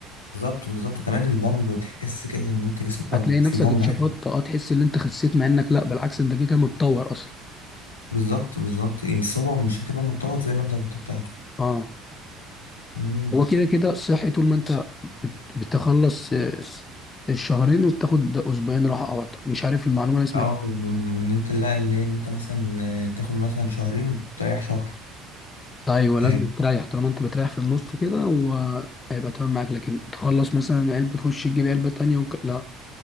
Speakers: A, on the left; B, on the left.
A: بالظبط بالظبط وكمان البامب تحس كده ان انت جسمك
B: هتلاقي نفسك
A: في بامب
B: اتشفطت
A: عالي
B: اه تحس ان انت خسيت مع انك لا بالعكس انت كده كده متطور اصلا
A: بالظبط بالظبط بس هو مش هتبقى متطور زي ما انت كنت بتاخده
B: اه
A: مم.
B: هو كده كده صحي طول ما انت بت- بتخلص آه، الشهرين وبتاخد اسبوعين راحه او أكتر. مش عارف المعلومه انا سمعتها
A: او وان وإن انت لا اللي إن انت مثلا آه، تاخد مثلا شهرين وتريح شهر
B: ايوه
A: تقريبا
B: لازم تريح طالما انت بتريح في النص كده وهيبقى تمام معاك لكن تخلص مثلا علبه تخش تجيب علبه تانية وك... لا